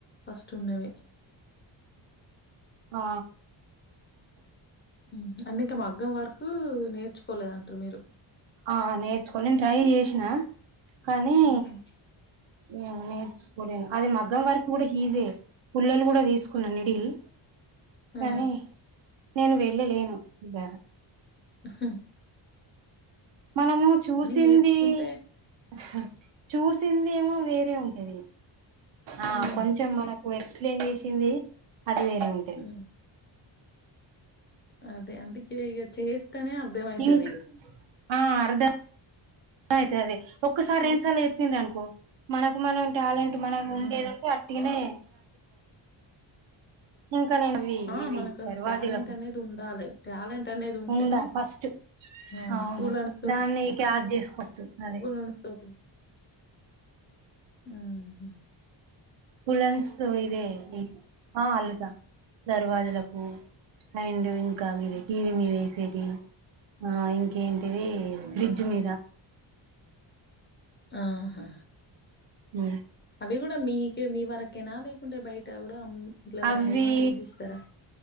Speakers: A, on the left; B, on the right.
A: ఫస్ట్ ఉన్నవే
B: ఆ
A: మ్ అంటే ఇంకా మగ్గం వర్క్ నేర్చుకోలేదంటారు మీరు
B: ఆ నేర్చుకోని నేను ట్రై జేష్ణ కానీ
A: హ్మ్.
B: మ్ నేర్చుకోలేను అది మగ్గం వర్క్ కూడా ఈజీ పూల్లలు కూడా తీసుకున్న
A: ఆ
B: నిడిల్
A: ఆ!
B: కానీ నేను వెళ్ళలేను ఇగ
A: ఆహా
B: మనము చూసింది
A: నేర్చుకుంటే
B: అహ చూసిందేమో వేరే ఉంటది ఆ
A: ఉమ్
B: కొంచెం మనకు ఓ ఎక్సప్లేయిన్ చేసింది అది వేరే ఉంటది
A: ఉమ్ అదే అందుకే ఇగ చేస్తేనే అర్ధ అయితది
B: ఇంక్ ఆ అర్ద అయితది అదే ఒక్కసారి
A: చూస్
B: రెండు సార్లు చెంపిర్ అనుకో మనకు మనం టాలెంట్ మనకు ఉండేదుంటే
A: ఆ
B: అట్టిగానే <inaudible> ఇంకా నేను ఇవి
A: ఆ
B: ఇవి
A: మనకు
B: దర్వాజులకు
A: టాలెంట్ అనేది ఉండాలి టాలెంట్ అనేది ఉంటేనే
B: ఉండ ఫస్ట్
A: ఆ
B: అవును
A: ఉలన్స్
B: దాన్ని క్యాజ్ చేసుకోవచ్చు అదే
A: అనస్థోటి ఆహా
B: ఉలెన్స్ తో ఇదే నీ ఆ అల్లుతా దర్వాజలకు అయిండ్ ఇంకా ఇది టీవీ మీద ఏసేటివి ఆ ఇంకేంటిది ఫ్రిడ్జ్ మీద
A: ఆహా
B: ఊ
A: అవి కూడా మీకే మీ వరకైనా లేకుంటే బయట కూడా ఇంట్ల ఎవరైనా
B: అవి
A: ఏయమంటే ఏసిస్తారా